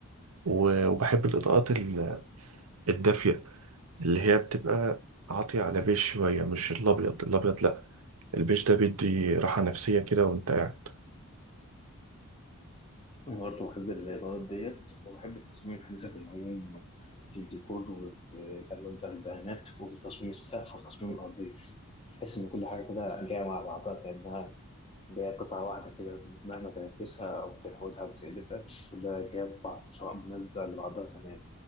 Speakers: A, on the right (about 80°); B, on the left (about 25°).
A: و... وبحب الإضاءات ال- الدافية اللي هي بتبقى عاطية على بيج شوية مش الأبيض الأبيض لا البيج ده بيدي راحة نفسية كده وأنت قاعد
B: أنا برضه بحب الإضاءات ديت وبحب التصميم الحديثة في العموم في الديكور والألوان بتاع الدهانات وتصميم السقف وتصميم الأرضية تحس إن كل حاجة كده جاية مع بعضها كأنها جاية قطعة واحدة كده مهما تعكسها أو تحودها أو تقلبها كلها جاية في بعض سواء منسقة لبعضها تمام